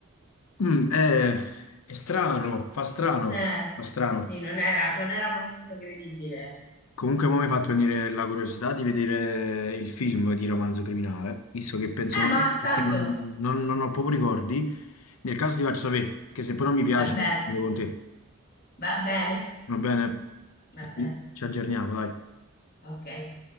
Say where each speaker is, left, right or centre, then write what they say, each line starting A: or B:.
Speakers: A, on the left; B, on the left.
A: Mm, eh, è strano, fa strano,
B: Eh,
A: fa strano.
B: sì, non era non era molto credibile.
A: Comunque, mo mi ha fatto venire la curiosità di vedere il film di Romanzo Criminale, visto che penso
B: Eh,
A: non,
B: ma
A: che
B: tanto
A: non- non- non ho proprio ricordi. Nel caso ti faccio sapere, che se poi non mi piace,
B: Vabbè,
A: lo vedo con te.
B: va bene,
A: Va bene?
B: va bene, va bene,
A: Ci aggiorniamo, dai.
B: ok.